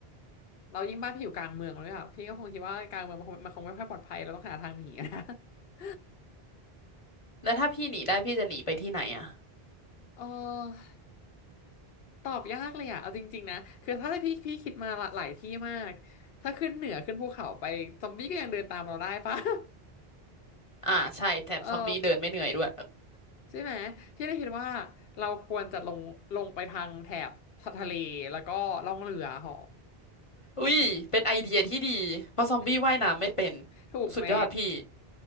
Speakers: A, on the left; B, on the left.
A: เรายิ่งบ้านพี่อยู่กลางเมืองเลยค่ะพี่ก็คงคิดว่ากลางเมืองมันคงมันคงไม่ค่อยปลอดภัยเราต้องหาทางหนีนะ <laughs>
B: แล้วถ้าพี่หนีได้พี่จะหนีไปที่ไหนอ่ะ
A: เออตอบยากเลยอ่ะเอาจริงๆนะคือถ้าพี่พี่คิดมาหลายที่มากถ้าขึ้นเหนือขึ้นภูเขาไปซอมบี้ก็ยังเดินตามเราได้ปะ <laughs>
B: อ่าใช่แถมซอมบี้เดินไม่เหนื่อยด้วย
A: เออ ใช่ไหมพี่ได้คิดว่าเราควรจะลงลงไปทางแถบทะเลแล้วก็ล่องเรือเหาะ
B: อุ้ยเป็นไอเดียที่ดีเพราะซอมบี้ว่ายน้ำไม่เป็น
A: เอ๊ะถูกไหม
B: สุดยอดพี่